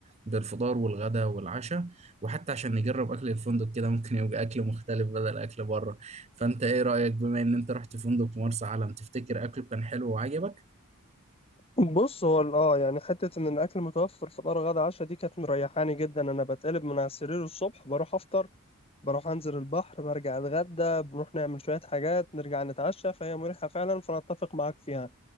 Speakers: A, on the right; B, on the left.
A: بالفطار والغداء والعشاء وحتى عشان نجرب اكل الفندق كده ممكن يبقى اكل مختلف بدل اكل بره فانت ايه رأيك بما ان انت رحت فندق في مرسى علم تفتكر اكله كان حلو وعجبك
B: بص هو ال- اه يعني حتة إن الأكل متوفر فطار غدا عشاء دي كانت مريحاني جدا أنا بتقلب من على السرير الصبح بروح أفطر بروح انزل البحر برجع اتغدى بنروح نعمل شوية حاجات نرجع نتعشى فهي مريحة فعلا فانا اتفق معاك فيها